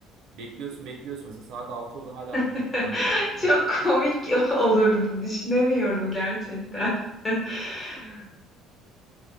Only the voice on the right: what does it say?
bekliyorsun, bekliyorsun. Mesela saat 6 oldu hala olmadı
falan diyorsun böyle.
<laughs>